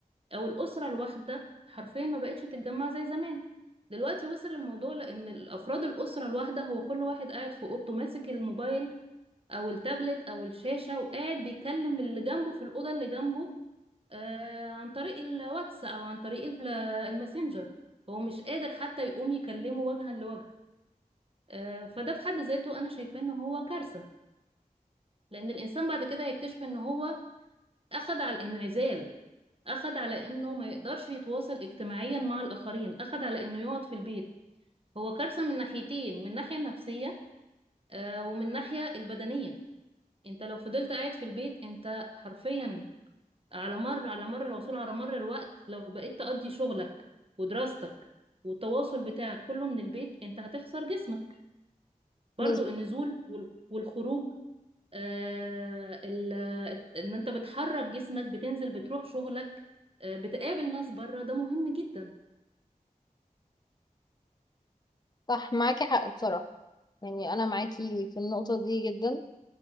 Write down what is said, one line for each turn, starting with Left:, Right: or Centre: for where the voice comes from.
Right: او الاسرة الواحدة حرفيا ما بقتش تتجمع زي زمان دلوقتي وصل الموضوع لان الافراد الاسرة الواحدة هو كل واحد قاعد في اوضته ماسك الموبايل او التابلت او الشاشة وقاعد بيكلم اللي جنبه في الاوضة اللي جنبه آه، عن طريق الواتس او عن طريق ال- الماسنجر هو مش قادر حتى يقوم يكلمه وجها لوجه آه، فده في حد ذاته انا شايفاه ان هو كارثة لان الانسان بعد كده هيكتشف ان هو اخد على الانعزال اخد على انه ما يقدرش يتواصل اجتماعيا مع الاخرين اخد على انه يقعد في البيت هو كارثة من ناحيتين من الناحية النفسية آه، ومن الناحية البدنية انت لو فضلت قاعد في البيت انت حرفيا على مر على مر العصور على مر الوقت لو بقيت تقضي شغلك ودراستك والتواصل بتاعك كله من البيت انت هتخسر جسمك برضو
Left: بس
Right: النزول وال- والخروج آه ال- ان انت بتحرك جسمك بتنزل بتروح شغلك آه بتقابل ناس بره ده مهم جدا
Left: صح معاكي حق بصراحة يعني انا معاكي في النقطة دي جدا